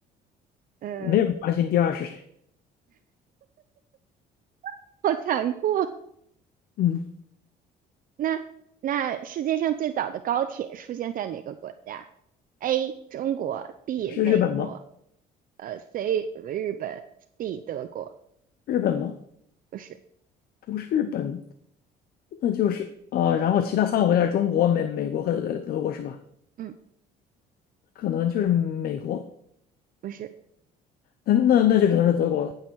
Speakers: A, on the right; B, on the left.
A: 呃，
B: 没有人关心第二是谁，
A: <laughs> 好残酷。<laughs>
B: 嗯，
A: 那那世界上最早的高铁出现在哪个国家？A. 中国，B.
B: 是日本吗？
A: 美国，呃，C. 日本，D. 德国。
B: 日本吗？
A: 不是，
B: 不是日本，那就是啊，然后其他三个国家是中国、美美国和德德国是吧？
A: 嗯，
B: 可能就是美国，
A: 不是，
B: 那那那就只能是德国了，